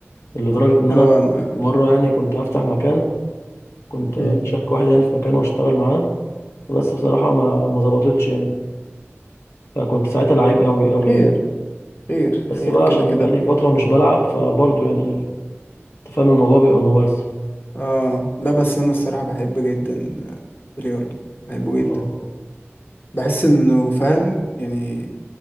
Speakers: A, on the left; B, on the left.
A: لدرجه ان انا
B: هو انا
A: مره يعني كنت هفتح مكان كنت
B: مم.
A: اشارك واحد يعني في مكان واشتغل معاه بس بصراحه ما ما ظبطتش يعني فكنت ساعتها لعيب قوي قوي
B: خير
A: يعني
B: خير
A: بس
B: خير
A: بقى
B: كده
A: عشان
B: كده
A: بقى لي
B: خير
A: فتره مش بلعب فبرضه يعني انت فاهم الموضوع بيبقى ممارسه
B: اه لا بس انا الصراحة بحب جدا بلياردو بحبه جدا
A: اه
B: بحس انه فاهم يعني